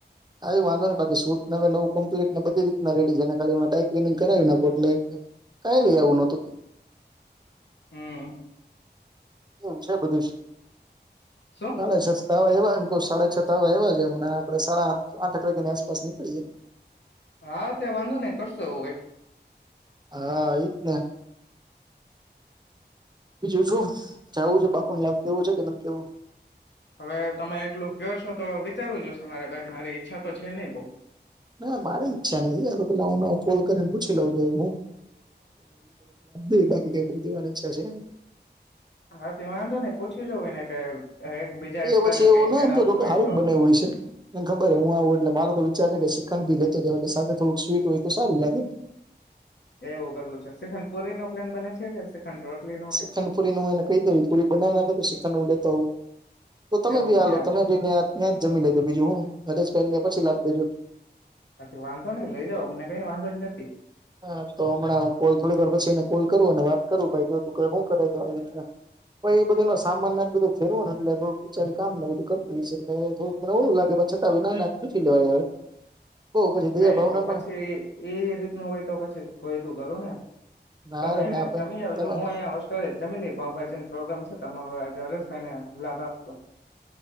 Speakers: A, on the right (about 25°); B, on the left (about 85°).
A: આવી વાંધો ને બાકી શૂટ નવે નવું કમ્લીટ ને બધી રીતના રેડી છે ને ખાલી હ ડાય ક્લીનિંગ કરાવી નાખૂ એટલે કઈ લઈ આવું નતું
B: હમ્મ.
A: એમ છે બધું
B: શું
A: સાડે છસ્તા એમ સાડા છતા હોય એવા છેમને આપડે સાડા આઠ આઠ આઠ વાગ્યાની આસપાસ નીકળીએ
B: હા તે વાંધો નહી કરશો એવું કઈક
A: હા એજ ને બીજું શું જાવું છે બાપુને લાભ દવો છે કે નથ દેવો
B: હવે તમે એટલું ક્યો છો તો વિચારવું જોશે મારે બાકી મારી ઈચ્છા તો છે નહી બો
A: ના મારી ઈચ્છા નથી <unintelligible> તો પેલા હું કોલ કરીને પૂછી લઉં જો હું <unintelligible> બાકી કઈ બો દેવાની ઈચ્છા છે નઈ
B: હા તો વાંધો ને પછી જઉું ને કે એક બીજા એક્સ્ટ્રા
A: એ પછી
B: ને
A: એવું
B: કઈક
A: ના
B: મેળ
A: એમ
B: આવતો
A: તો જો
B: હોય
A: હારું
B: તો
A: જ બનેવું હોય છે એમ ખબર હું આવું એટલે મારો તો વિચાર કે શી ખંડ ભી લેતો જાવ એટલે સાથે થોડુંક સ્વીટ હોય તો સારું લાગે.
B: એવું કરવું છે શિખંડ પુરી નો પ્લેન બને છે કે શ્રીખંડ રોટલી નો
A: શ્રીખંન
B: કે શું
A: પુરી નું એને કહી દઉ પુરી બનાવી નાખે શ્રીખંડ હું લેતો આવું તો તમે
B: એવું
A: ભી
B: છે
A: આ લો તમે ભી ત્યા ત્યાં જમી લેજો બીજું હું હરેશભાઈને પછી લાવી દેજો
B: હ વાંધો નઈ લઈ જાાવ અમને કઈ વાંધો જ નથી
A: હા તો હમણાં કોલ થોડી વાર પછી એ કોલ કરું વાત કરું ભાઈ જો તું શું કરે આવી રીતના પ એ બધ નો સામાન ના બધો ફેરવ ને એટલે થું બ વિચા કામ ને બધ કરું હોય છે એટલે થું મને એવું લાગે અચ્છા ત વિના નાખું લેવાય બઉ પછી દયા
B: નહી
A: ભાવના
B: તો પછી
A: નો
B: એ રીતનું હોય તો પછી કોયતું કરું ને
A: ના
B: તમે
A: રે ના ભાઈ
B: જમી આવજો
A: તમે
B: હું અહીંયા હોસ્ટેલ જમી લઈ પાવ ભાજીનો પ્રોગ્રામ તમારો આ જરસ ભાઈને લાભ આપશો